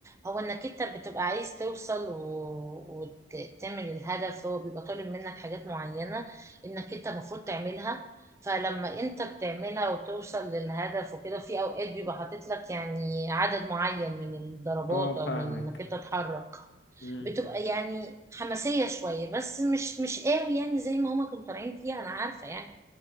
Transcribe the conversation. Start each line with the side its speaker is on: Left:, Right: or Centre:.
Right: هو إنك أنت بتبقى عايز توصل و... وتعمل الهدف هو بيبقى طالب منك حاجات معينة إنك أنت المفروض تعملها فلما أنت بتعملها وتوصل للهدف وكده في أوقات بيبقى حاطط لك يعني عدد معين من الضربات
Left: اه فاهمك
Right: أو من إنك أنت تتحرك
Left: امم
Right: بتبقى يعني حماسية شوية بس مش مش قوي يعني زي ما هما كانوا طالعين فيها انا عارفة يعني